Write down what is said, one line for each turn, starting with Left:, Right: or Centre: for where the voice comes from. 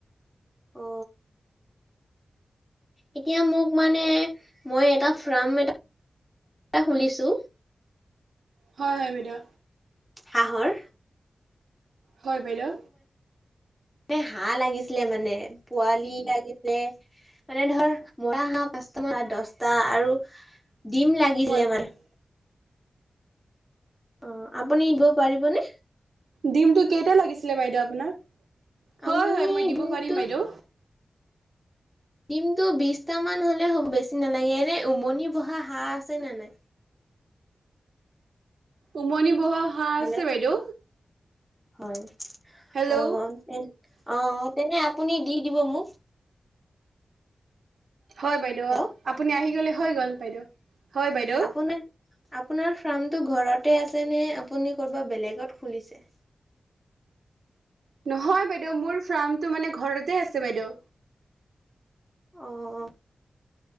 Centre: অ। এতিয়া মোক মানে মই এটা ফ্ৰাম এটা খুলিছো।
Right: হয় হয় বাইদেউ।
Centre: হাঁহৰ।
Right: হয় বাইদেউ।
Centre: এ হাঁহ লাগিছিলে মানে। পোৱালি লাগিছে মানে ধৰ মৰা হাঁহ পাঁচটা বা দছটা আৰু দিম লাগিলে
Right: হয় বাইদেউ
Centre: মানে। অ আপুনি দিব পাৰিবনে?
Right: দিমটো কেইটা লাগিছিলে বাইদেউ আপোনাক? হয়
Centre: আপুনি
Right: হয় মই দিব
Centre: দিমটো
Right: পাৰিম বাইদেউ।
Centre: দিমটো বিছটা মান হলে হব। বেছি নালাগে এনে উমনি বহা হাঁহ আছে নে নাই?
Right: উমনি বহা হাঁহ
Centre: হেল্ল'
Right: আছে বাইদেউ।
Centre: হয়
Right: হেল্ল'
Centre: অ তে অ তেনে আপুনি দি দিব মোক।
Right: হয় বাইদেউ।
Centre: হেল্ল'।
Right: আপুনি আহি গলে হৈ গ'ল বাইদেউ। হয় বাইদেউ।
Centre: আপোনাৰ আপোনাৰ ফ্ৰামটো ঘৰতে আছে নে আপুনি ক'বাত বেলেগত খুলিছে?
Right: নহয় বাইদেউ মোৰ ফাৰ্মটো মানে ঘৰতে আছে বাইদেউ
Centre: আহঁ